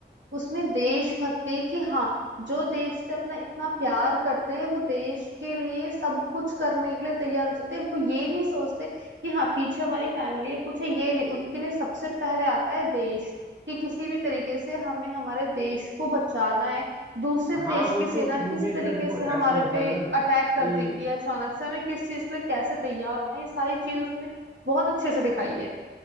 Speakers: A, on the right; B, on the right.
A: उसमें देशभक्ति है कि हाँ जो देश से अपना इतना प्यार करते हैं वो देश के लिए सब कुछ करने के लिए तैयार हो जाते हैं वो ये नहीं सोचते कि हाँ पीछे हमारी फैमिली है कुछ है ये नहीं उनके लिए सबसे पहले आता है देश कि किसी भी तरीके से हमें हमारे देश को बचाना है दूसरे
B: हाँ
A: देश
B: वो
A: की सेना
B: तो
A: किस
B: मूवीज
A: तरीके
B: में देखो
A: से
B: ऐसा
A: हमारे
B: होता
A: पे
B: है ना
A: अटैक
B: कि
A: कर देती है अचानक से हमें किस चीज के लिए कैसे तैयार होना है, ये सारी चीज उसमें बहुत अच्छे से दिखाई है